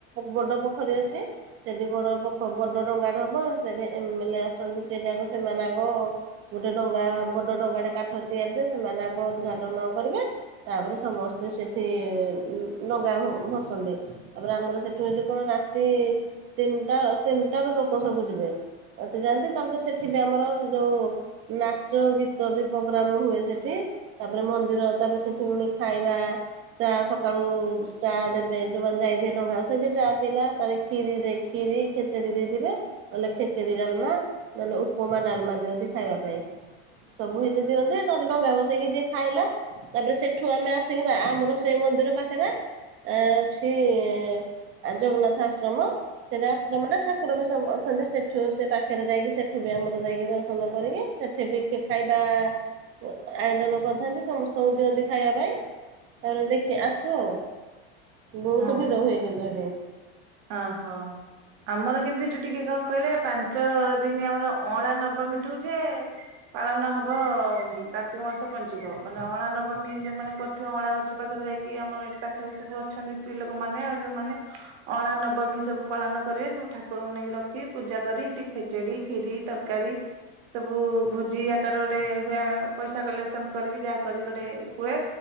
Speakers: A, on the right (about 45°); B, on the right (about 60°).
A: ବଡ ପୋଖରୀ ଅଛି। ସେଠି ବଡ ପଖ ବଡ ଡଙ୍ଗାଟା ହବ ସେଠି ଏମ୍ ଏଲ୍ଏ ଆସନ୍ତି ସେଠି ଆଗ ସେମାନେ ଆଗ ଗୋଟେ ଡଙ୍ଗା ବଡ ଡଙ୍ଗାଟେ କାଠ ତିଆରି ରେ, ସେମାନେ ଆଗ ଉଦ୍ ଘାଟନ କରିବେ। ତାପରେ ସମସ୍ତେ ସେଠି ଡ଼ଙ୍ଗା ଭସନ୍ତି। ତାପରେ ଆମର ସେଠୁ ଏଠୁ କଣ ରାତି ତିନିଟା ତିନିଟା ରୁ ଲୋକ ସବୁ ଯିବେ। ଏତେ ଯାଆନ୍ତି। ତାପରେ ସେଠି ବି ଆମର ଯୋଉ ନାଚ ଗୀତ ବି ପ ଗ୍ରାମ ହୁଏ ସେଠି ତାପରେ ମନ୍ଦିର ତାପରେ ସେଠି ପୁଣି ଖାଇବାଁ ଚା' ସକାଳୁ ଚା ଦେବେ ଯୋଉମାନେ ଯାଇଥିଏ ଡଙ୍ଗା ଭସେଇ, ସେଇଥି ଚା' ପଇିଲା ତାେ କ୍ଷୀରି ଦେଇି ଖିରି ଖେଚେଡି ଦେଇଥିବେ, ନହେଲେ ଖେଚେଡି ଡାଲମା ନହେଲେ ଉପମା ଡାଲମା ଦିଅନ୍ତି ଖାଇବା ପାଇଁ। ସବୁ ହେ ଦିଅନ୍ତେ ତାହେଲେ ଡଙ୍ଗା ବସେଇକି ଯିଏ ଖାଇଲା। ତାପରେ ସେଠୁ ଆମେ ଆସିକି ଆମର ସେଇ ମନ୍ଦିର ପାଖରେ ଆ ଅଛି-ଇଁ ଆ-ଜଗନ୍ନାଥ ଆଶ୍ରମ। ସେଠା ଆଶ୍ରମଟା ଠାକୁର ବି ସବୁ ଅଛନ୍ତି ସେଠୁ ସେ ପାଖରେ ଯାଇକି ସେଠୁ ବି ଆମର ଯାଇକି, ଦର୍ଶନ କରିକି ସେଠି ବି ଖାଇବା ଆୟୋଜନ କରିଥାନ୍ତି, ସମସ୍ତଙ୍କୁ ଦିଅନ୍ତି ଖାଇବା ପାଇଁ। ତାହେଲେ ଦେଖି ଆସୁ ଆଉ ବହୁତ
B: ହଁ
A: ଭିଡ
B: ହଁ
A: ହୁଏ କିନ୍ତୁ ଏଠି।
B: ହଁ ହଁ। ଆମର କିନ୍ତୁ ଏଠୁ ଟିକେ କଣ କହିଲେ ପାଞ୍ଚ ଦିନ ଆମର ଅଁଳା ନବମୀଠୁ ଯେ ପାଳନ ହବ କାର୍ତ୍ତିକ ମାସ ପଞ୍ଚୁକ ମାନେ ଅଁଳା ନବମୀ ଯୋଉ ମାନେ କ ଏଠି ଅଁଳା ଗଛ ପାଖରେ ଯାଇକି ଆମର ଏଠି ପାଖରେ ସବୁ ଅଛନ୍ତି ସ୍ତ୍ରୀ ଲୋକମାନେ ଯୋଉମାନେ ଅଁଳା ନବମୀ ସବୁ ପାଳନ କରିବେ ସବୁ ଠାକୁରଙ୍କୁ ନେଇକି ରଖି ପୂଜା କରି ସେଠି ଖେଚେଡି ଖିରି ତରକାରୀ ସବୁ ଭୋଜି ଆକାର ଗୋଟେ ହୁଏ ଆ ପଇସା କଲେକ୍ସନ କରିକି ଯାହା କରିକି ଗୋଟେ ହୁଏ।